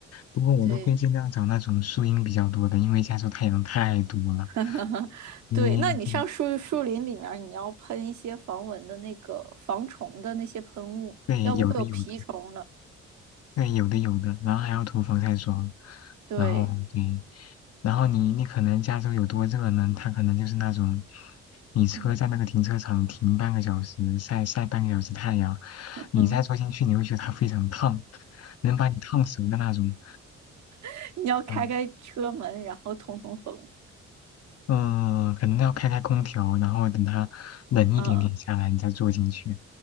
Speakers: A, on the left; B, on the right.
A: 不过我都会尽量找那种树荫比较多的，
B: 对，
A: 因为加州太阳太毒了。
B: <laughs>
A: 你对
B: 对。那你上树树林里面，你要喷一些防蚊的那个防虫的那些喷雾，
A: 对，
B: 要不会有蜱虫的。
A: 有的有的对，有的有的，然后还要涂防晒霜，
B: 嗯对，
A: 然后对，然后你你可能加州有多热呢？它可能就是那种，你车在那个停车场停半个小时，
B: 嗯
A: 晒晒半个小时太阳，你再坐进去，
B: 嗯，
A: 你会觉得它非常烫，能把你烫熟的那种。
B: <laughs> 你要开开车门，
A: 嗯
B: 然后通通风。
A: 嗯，可能要开开空调，然后等它冷一点点下来，
B: 嗯，
A: 你再坐进去。